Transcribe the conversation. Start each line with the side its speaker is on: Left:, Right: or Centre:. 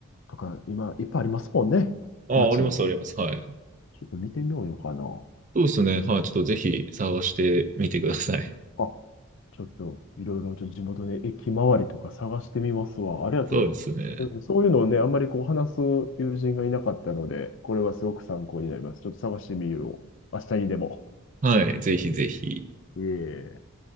Left: とか、今、いっぱいありますもんね。
Right: あ、
Left: 街に。
Right: あります、あります。はい。
Left: ちょっと見てみようかな。
Right: そうですね。はい。ちょっとぜひ探してみてください。
Left: あ、ちょっといろいろちょっと地元で駅周りとか探してみますわ。ありがとう。
Right: そうですね。
Left: うんそういうのをね、あんまりこう話す友人がいなかったので、これはすごく参考になります。ちょっと探してみよう。明日にでも。
Right: はい。ぜひぜひ。
Left: いえいえ